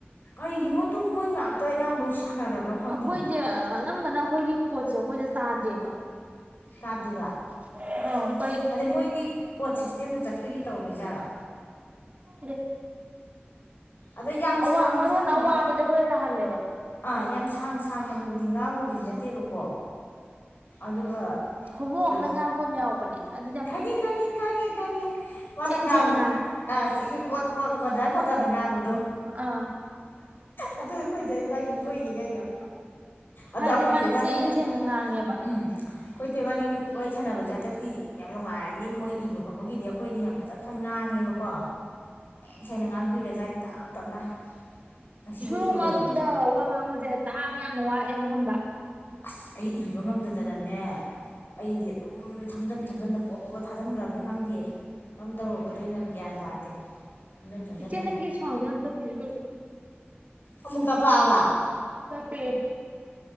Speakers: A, on the left; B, on the right.
A: ꯀꯩꯒꯤꯅꯣ ꯑꯗꯨꯝ ꯃꯣꯏ ꯉꯥꯛꯇ ꯑꯌꯥꯝꯕꯩ ꯁꯥꯟꯅꯔꯕ꯭ꯔꯥ ꯈꯪꯗꯦꯌꯦ
B: ꯑꯩꯈꯣꯏꯁꯦ ꯑꯅꯝꯕꯅ ꯑꯩꯈꯣꯏꯒꯤ ꯀꯣꯠꯁꯦ ꯑꯩꯈꯣꯏꯗ ꯇꯥꯗꯦꯕ
A: ꯇꯥꯗꯦꯕ
B: <unintelligible>
A: ꯑꯗꯩ ꯃꯣꯏꯒꯤ ꯀꯣꯠ ꯁꯤꯁꯇꯦꯝꯗ ꯆꯠꯄꯒꯤ ꯇꯧꯔꯤꯖꯥꯠꯔꯣ
B: <unintelligible>
A: ꯑꯗꯣ ꯌꯥꯝ
B: ꯑꯋꯥ
A: ꯁꯥꯡ
B: ꯃꯔꯣꯟ
A: ꯁꯥꯡ
B: ꯑꯋꯥꯕꯁꯦ
A: ꯅꯪ
B: ꯑꯩꯈꯣꯏꯗ ꯇꯥꯍꯜꯂꯦꯕ
A: ꯑꯥ ꯌꯥꯝ ꯁꯥꯡ ꯁꯥꯡꯅꯕꯨꯗꯤ ꯉꯥꯡꯕꯕꯨꯗꯤ ꯅꯠꯇꯦꯕꯀꯣ ꯑꯗꯨꯒ
B: ꯈꯣꯡꯃꯨ
A: ꯀꯩꯅꯣ
B: ꯑꯃꯅ ꯉꯥꯡꯕ ꯌꯥꯎꯕꯅꯦ ꯑꯗꯨ
A: ꯈꯪꯉꯦ ꯈꯪꯉꯦ ꯈꯪꯉꯦ ꯈꯪꯉꯦ ꯃꯥꯅ
B: ꯁꯦꯡ
A: ꯉꯥꯡꯕ
B: ꯁꯦꯡꯅ
A: ꯑ ꯆꯤꯟꯖꯦ ꯀꯣꯠ ꯀꯣꯠ ꯀꯣꯗ ꯀꯣꯗꯅ ꯉꯥꯡꯕꯗꯣ
B: ꯑꯥ
A: ꯑꯗꯨ ꯑꯩꯈꯣꯏꯗꯣꯏ ꯏꯕꯥꯅꯤꯅ ꯅꯣꯛꯏꯅꯤ ꯀꯩꯅꯣ ꯑꯗꯣ
B: ꯍꯥꯏꯗꯤ
A: ꯑꯩꯈꯣꯏ
B: ꯃꯥꯗꯤ
A: ꯊꯣꯏꯕꯥꯅꯤꯅ
B: ꯁꯦꯡ
A: ꯑꯩꯈꯣꯏ
B: ꯁꯦꯡꯅ ꯉꯥꯡꯉꯦꯕ
A: ꯊꯣꯏꯕꯥꯅꯤꯅ ꯋꯥꯔꯤ ꯁꯥꯟꯅꯕꯁꯦ ꯍꯟꯗꯛꯇꯤ ꯌꯥꯝ ꯅꯨꯡꯉꯥꯏꯔꯅꯤ ꯃꯣꯏ ꯏꯕ ꯈꯣꯠꯄꯒꯤꯗꯤ ꯑꯩꯈꯣꯏꯗꯤ ꯌꯥꯝ ꯐꯖꯅ ꯉꯥꯡꯉꯦꯕꯀꯣ ꯁꯦꯡ ꯁꯦꯡꯅ ꯉꯥꯡꯕꯤꯔꯖꯥꯅꯦ ꯇꯞ ꯇꯞꯅ ꯉꯁꯤꯕꯨ
B: ꯁꯨꯔꯨ
A: ꯊꯨꯔꯕꯅꯦ
B: ꯃꯔꯨꯗ ꯋꯥ ꯉꯥꯡꯕꯁꯦ ꯇꯥꯕ ꯌꯥꯝꯅ ꯋꯥꯑꯦꯕ ꯍꯕ
A: ꯑꯁ ꯑꯩ ꯏꯕ ꯉꯝꯗꯗꯅꯅꯦ ꯑꯩꯗꯤ ꯑꯗꯨꯝ ꯁꯝꯖꯟ ꯁꯝꯖꯟꯗ ꯄꯣꯛ ꯄꯣꯛꯒ ꯊꯥꯖꯤꯟꯈ꯭ꯔꯕꯅꯤ ꯈꯪꯗꯦ ꯀꯔꯝ ꯇꯧꯔꯛꯀꯗꯣꯏꯅꯣ ꯒ꯭ꯌꯥꯟ ꯇꯥꯗꯦ ꯁꯝꯖꯟ ꯁꯝꯖꯟꯗꯅ
B: ꯏꯆꯦ ꯅꯪꯒꯤ ꯁꯥꯎꯟꯁꯦ ꯌꯥꯝ ꯇꯞꯄꯤꯁꯦ ꯀꯩꯒꯤꯅꯣ
A: ꯑꯃꯨꯛ ꯇꯞꯄꯛꯑꯕ
B: ꯇꯞꯄꯦ